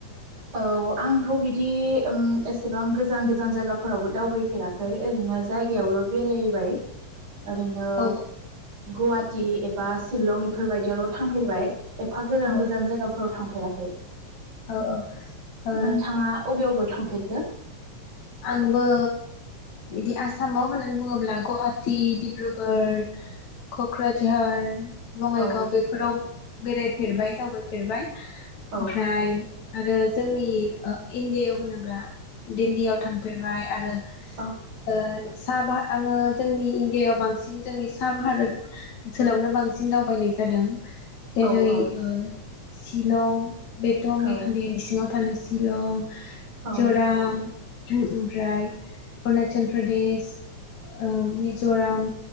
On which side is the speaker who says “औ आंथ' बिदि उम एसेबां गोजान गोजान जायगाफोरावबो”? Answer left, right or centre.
Right